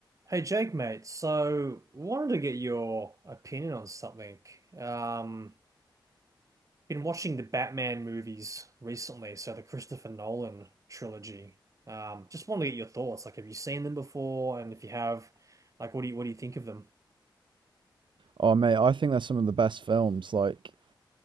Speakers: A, on the right; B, on the right.
A: Hey Jake, mate. So wanted to get your opinion on something. Um, been watching the Batman movies recently, so the Christopher Nolan trilogy. Um, just wanted to get your thoughts. Like, have you seen them before? And if you have, like, what do you what do you think of them?
B: Oh mate, I think they're some of the best films, like